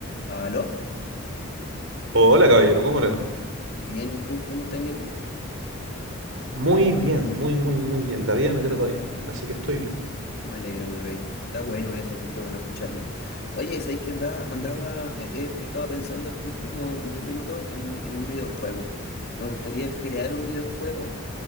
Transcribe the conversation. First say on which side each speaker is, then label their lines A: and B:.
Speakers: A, on the left (about 50°); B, on the right (about 75°).
A: ¿Aló?
B: Hola, caballero, ¿cómo le va?
A: Bien, ¿y tú como técnico?
B: Muy bien, muy, muy, muy bien. La vida me trata bien, así que estoy bien.
A: Me alegro, mi rey. Está bueno eso, porque bueno escucharlo. Oye, ¿sabes que andaba, andaba, eh, eh, estaba pensando este último 10 minutos en, en un videojuego? Me gustaría crear un videojuego